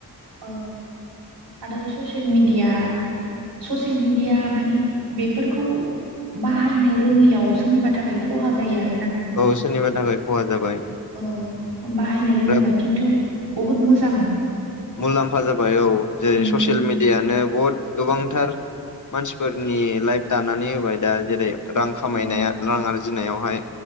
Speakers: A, on the right; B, on the left.
A: औ आरो ससियेल मिडिया ससियेल मिडिया माने बेफोरखौ बाहायनो रोङैयाव सोरनिबा थाखाय खहा जायो आरो।
B: औ सोरनिबा थाखाय खहा जाबाय।
A: औ बाहायनो रोङोबा
B: बिराद
A: खिन्थु बहुत मोजां।
B: मुलाम्फा जाबाय औ जेरै
A: उम
B: ससियेल मिडियानो बहुत गोबांथार मानसिफोरनि लाइफ दानानै होबाय दा जेरै रां खामायनाय
A: औ
B: रां आरजिनायावहाय